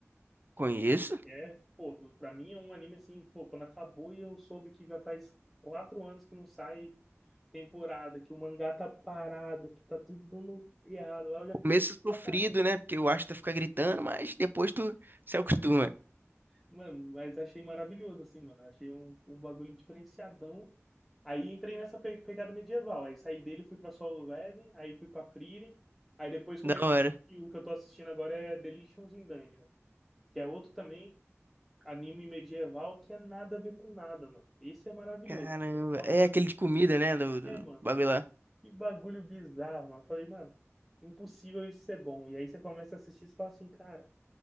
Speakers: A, on the right; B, in the centre.
A: Conheço.
B: É, pô, pra mim é um anime assim, pô, quando acabou e eu soube que já faz quatro anos que não sai temporada, que o mangá tá parado, que tá tudo dando errado, lá eu já
A: Começo
B: fiquei
A: sofrido,
B: pra caralho.
A: né? Porque o Asta fica gritando, mas depois tu se acostuma.
B: Mano, mas achei maravilhoso, assim, mano, achei um, um bagulho diferenciadão. Aí entrei nessa pe- pegada medieval, aí saí dele, fui pra Solo Leveling, aí fui pra Frieren, aí depois comecei,
A: Da hora.
B: a- e o que eu tô assistindo agora é *Delicious in Dungeon, que é outro também, anime medieval que é nada a ver com nada, mano. Esse é maravilhoso.
A: Caramba.
B: Tô Amando
A: É aquele de comida, né? Do, do
B: É, mano,
A: bagulho
B: cara,
A: lá.
B: que bagulho bizarro, mano. Eu Falei, mano, impossível isso ser bom. E aí você começa a assistir e você fala assim, cara,